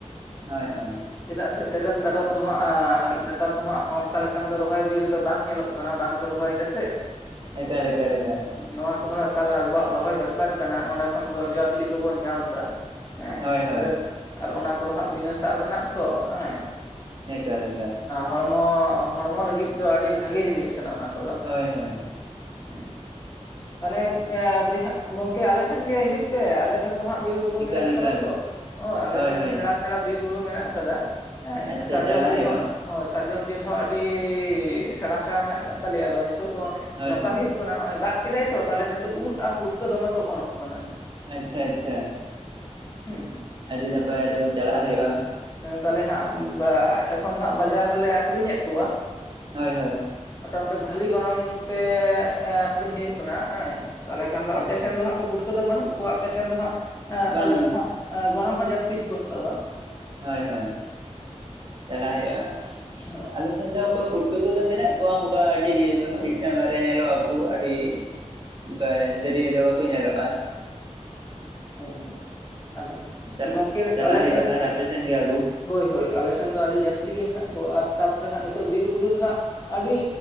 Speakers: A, on the right (about 40°); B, on the left (about 25°).
A: ᱦᱳᱭ
B: ᱦᱮᱸ
A: ᱦᱳᱭ
B: ᱪᱮᱫᱟᱜ ᱥᱮ ᱛᱮᱨᱮᱞ ᱛᱟᱨᱚᱵ ᱫᱚ ᱦᱟᱸᱜ ᱱᱮᱛᱟᱨ ᱫᱚ ᱦᱟᱸᱜ ᱚᱱᱠᱟ ᱞᱮᱠᱟᱱ ᱫᱚ ᱨᱚᱦᱚᱭ ᱵᱤᱨ ᱨᱮᱫᱚ ᱵᱟᱝ ᱧᱮᱞᱚᱜ ᱠᱟᱱᱟ ᱚᱱᱟ ᱵᱟᱝ ᱠᱚ ᱨᱚᱦᱚᱭ ᱫᱟ ᱥᱮ
A: ᱮᱠᱟᱞ ᱮᱠᱟᱞ ᱮᱠᱟᱞ
B: ᱱᱚᱣᱟ ᱠᱚᱫᱚ ᱦᱟᱸ ᱮᱠᱟᱞ ᱟᱵᱚᱣᱟᱜ ᱨᱚᱦᱚᱭ ᱫᱚᱨᱠᱟᱨ ᱠᱟᱱᱟ ᱚᱸᱱᱰᱮ ᱠᱷᱚᱱ ᱫᱚ ᱡᱚ ᱵᱤᱞᱤ ᱠᱚᱵᱚᱱ ᱧᱟᱢ ᱫᱟ ᱦᱮᱸ
A: ᱦᱳᱭ
B: ᱯᱨᱮᱱ
A: ᱦᱳᱭ
B: ᱟᱨ ᱚᱱᱟ ᱠᱚᱫᱚ ᱦᱟᱸᱜ ᱵᱤᱱᱟᱹ ᱥᱟᱨ ᱨᱮᱱᱟᱜ ᱛᱚ ᱦᱮᱸ
A: ᱮᱠᱟᱞ ᱮᱠᱟᱞ
B: ᱦᱚᱲᱢᱚ ᱦᱚᱲᱢᱚ ᱞᱟᱹᱜᱤᱫ ᱫᱚ ᱟᱹᱰᱤ ᱵᱷᱟᱜᱤ ᱡᱤᱱᱤᱥ ᱠᱟᱱᱟ ᱚᱱᱟ ᱠᱚᱫᱚ
A: ᱦᱳᱭ ᱻ ᱦᱳᱭ
B: ᱦᱮᱸ ᱛᱟᱞᱮ ᱵᱚᱭᱦᱟ, ᱜᱚᱝᱠᱮ ᱟᱞᱮ ᱥᱮᱱ ᱜᱮ ᱦᱤᱡᱩᱜ ᱯᱮ ᱟᱞᱮᱥᱮᱱ ᱫᱚ ᱦᱟᱸᱜ ᱵᱤᱨ ᱵᱩᱨᱩ ᱵᱩᱨᱩ ᱢᱮᱱᱟᱜ
A: ᱮᱠᱟᱞ
B: ᱠᱟᱫᱟ
A: ᱮᱠᱟᱞ
B: ᱛᱚ, ᱟᱞᱮ
A: ᱦᱳᱭ
B: ᱴᱷᱮᱱ
A: ᱦᱳᱭ
B: ᱫᱚ ᱥᱮᱬᱟ ᱥᱮᱬᱟ ᱵᱤᱨ ᱵᱩᱨᱩ ᱢᱮᱱᱟᱜ ᱟᱠᱟᱫᱟ ᱦᱮᱸ
A: ᱟᱪᱪᱷᱟ
B: ᱥᱟᱨᱡᱚᱢ
A: ᱪᱟᱞᱟᱜ
B: ᱵᱤᱨ
A: ᱦᱩᱭᱩᱜᱼᱟ
B: ᱦᱚ ᱦᱳᱭ ᱥᱟᱨᱡᱚᱢ ᱵᱤᱨ ᱦᱚᱸ ᱟᱹᱰᱤ, ᱥᱮᱬᱟ ᱥᱮᱬᱟ ᱢᱮᱱᱟᱜ ᱟᱠᱟᱫ, ᱛᱟᱞᱮᱭᱟ ᱟᱫᱚ ᱱᱤᱛᱚᱜ ᱫᱚ
A: ᱦᱳᱭ
B: ᱱᱚᱝᱠᱟ
A: ᱦᱳᱭ
B: ᱦᱩᱭᱩᱜ ᱠᱟᱱᱟ ᱱᱚᱜᱚᱭ ᱫᱟᱜ ᱠᱮᱫᱟᱭ ᱛᱚ ᱛᱟᱦᱞᱮ ᱱᱤᱛᱳᱜ ᱩᱫ ᱟᱨ ᱯᱩᱴᱠᱟᱹ ᱫᱚᱢᱮ ᱠᱚ ᱚᱢᱚᱱᱚᱜ ᱠᱟᱱᱟ
A: ᱟᱪᱪᱷᱟ ᱟᱪᱪᱷᱟ
B: ᱦᱩᱸ
A: ᱟᱹᱰᱤ ᱱᱟᱯᱟᱭ ᱟᱹᱰᱤ <unintelligible> ᱪᱟᱞᱟᱜ ᱦᱩᱭᱩᱜᱼᱟ
B: ᱛᱟᱞᱮ ᱦᱟᱸᱜ ᱮᱠᱷᱚᱱ ᱫᱚ ᱦᱟᱸᱜ ᱵᱟᱡᱟᱨ ᱨᱮᱞᱮ ᱟᱠᱷᱨᱤᱧᱮᱫ ᱠᱚᱣᱟ
A: ᱦᱳᱭ ᱦᱳᱭ
B: ᱢᱚᱴᱟ ᱢᱩᱴᱤ ᱵᱷᱟᱞᱤ ᱜᱚᱱᱚᱝ ᱛᱮ ᱟᱠᱷᱨᱤᱧ ᱦᱩᱭᱩᱜ ᱠᱟᱱᱟ ᱦᱮᱸ ᱛᱟᱦᱚᱞᱮ ᱠᱷᱟᱱ ᱫᱚ
A: ᱟᱪᱪᱷᱟ
B: ᱟᱯᱮ ᱥᱮᱱ ᱫᱚ ᱦᱟᱸᱜ ᱯᱩᱴᱠᱟᱹ ᱫᱚ ᱵᱟᱹᱱᱩᱜ ᱠᱚᱣᱟ ᱟᱯᱮ ᱥᱮᱱ ᱫᱚ ᱦᱟᱸᱜ ᱮ
A: ᱵᱟᱝ
B: ᱛᱟᱦᱮ ᱫᱚᱦᱟᱸᱜ ᱜᱚᱱᱚᱝ ᱦᱚᱸ ᱡᱟᱹᱥᱛᱤ ᱜᱮᱠᱚ ᱦᱟᱛᱟᱣᱟ
A: ᱦᱳᱭ ᱦᱳᱭ ᱪᱟᱞᱟᱜ ᱦᱩᱭᱩᱜᱼᱟ,
B: ᱦᱳᱭ
A: ᱟᱞᱮ ᱥᱮᱱ ᱫᱚ ᱚᱱᱠᱟ ᱯᱩᱴᱟᱹ ᱠᱚᱫᱚ ᱢᱮᱜ ᱢᱮᱱᱟᱜ ᱠᱚᱣᱟ ᱚᱱᱠᱟ ᱟᱹᱰᱤ ᱤᱭᱟᱹ ᱫᱚ ᱵᱟᱝ ᱢᱤᱫ ᱢᱤᱫᱴᱟᱝ ᱵᱟᱨᱭᱟ ᱧᱮᱞᱚᱜ ᱟᱠᱚ ᱟᱹᱰᱤ ᱚᱱᱠᱟ ᱫᱟᱹᱨᱭᱟᱹ ᱫᱚ ᱵᱟᱠᱚ ᱧᱮᱞᱚᱜᱼᱟ
B: ᱦᱳᱭ ᱦᱳᱭ ᱟᱫᱚ
A: ᱪᱟᱞ
B: ᱜᱚᱝᱠᱮ
A: ᱪᱟᱞᱟᱜ
B: ᱟᱞᱮ
A: ᱦᱩᱭᱩᱜ-ᱟ
B: ᱥᱮᱱ
A: ᱟᱯᱮ ᱥᱮᱱ ᱜᱮ ᱟ. ᱜᱩ
B: ᱦᱳᱭ ᱦᱳᱭ ᱟᱞᱮᱮᱥᱮᱱ ᱫᱚ ᱟᱹᱰᱤ ᱦᱚᱭ ᱦᱚᱭ ᱦᱚᱭ ᱟᱞᱮ ᱥᱮᱱ ᱟᱰᱤ, ᱡᱟᱹᱥᱛᱤ ᱜᱮ ᱢᱮᱱᱟᱜ ᱠᱚᱣᱟ ᱟᱨ ᱛᱟᱯᱚᱨᱮ ᱦᱜ ᱱᱤᱛᱚᱜ ᱵᱤᱨ ᱵᱩᱨᱩ ᱨᱮ ᱦᱟᱸᱜ ᱟᱹᱰᱤ